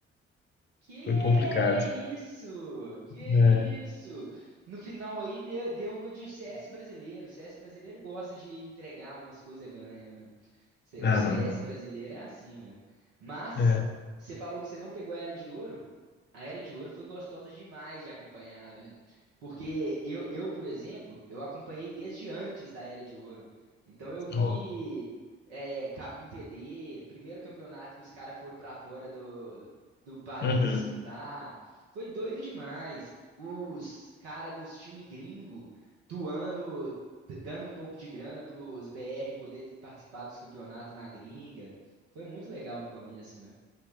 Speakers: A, on the right (about 65°); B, on the left (about 35°).
A: Que
B: Foi complicado.
A: isso? Que
B: É.
A: isso? No final aí deu, deu uma de CS brasileiro. CS brasileiro gosta de entregar umas coisas ganha, mano. Cê-
B: Ah,
A: O CS
B: não.
A: brasileiro é assim, mano. Mas
B: É.
A: você falou que você não pegou a Era de Ouro. A Era de Ouro foi gostosa demais de acompanhar, velho. Porque eu, eu, por exemplo, eu acompanhei desde antes da Era de Ouro. Então eu vi
B: Ó.
A: é, Kabum TD, primeiro campeonato que os caras foram pra fora do do país
B: Uhum.
A: disputar. Foi doido demais. Os cara dos time gringo doando, d- dando um pouco de grana pros BR poder participar dos campeonatos na gringa. Foi muito legal no começo, né?